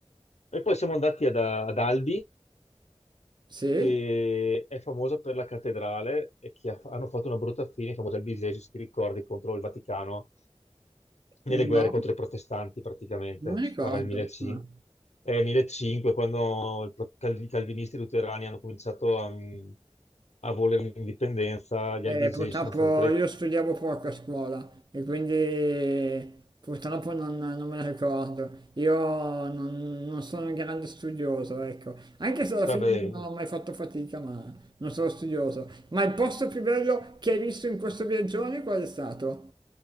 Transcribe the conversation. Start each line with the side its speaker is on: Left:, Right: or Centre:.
Left: E poi siamo andati ad ad Albi,
Right: sì,
Left: che è famosa per la cattedrale e che ha- hanno fatto una brutta fine, famosa al Bisesio, se ti ricordi, contro il Vaticano, nelle
Right: no,
Left: guerre contro i protestanti praticamente,
Right: non mi ricordo.
Left: si parla del 1500,
Right: Ah.
Left: eh, 1500 quando il pro- cal- i calvinisti luterani hanno cominciato a, mm, a volere l'indipendenza, gli
Right: Eh,
Left: albigesi
Right: purtroppo
Left: sono stati tra i...
Right: io studiavo poco a scuola e quindi purtroppo non, non me la ricordo. Io non, non sono un grande studioso, ecco. Anche se alla
Left: Vabbè,
Right: fine non ho mai fatto fatica, ma non sono studioso. Ma il posto più bello che hai visto in questo viaggione qual è stato?